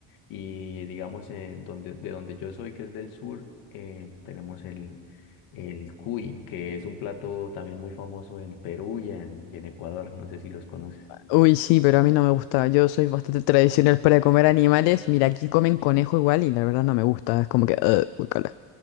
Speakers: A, on the left; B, on the left.
A: y digamos eh, donde, de donde yo soy que es del sur eh, tenemos el, el cuy que es un plato también muy famoso en Perú y en, y en Ecuador, no sé si los conoces.
B: Uy, sí, pero a mí no me gusta. Yo soy bastante tradicional para comer animales. Mira, aquí comen conejo igual y la verdad no me gusta. Es como que... "Ugh, guácala".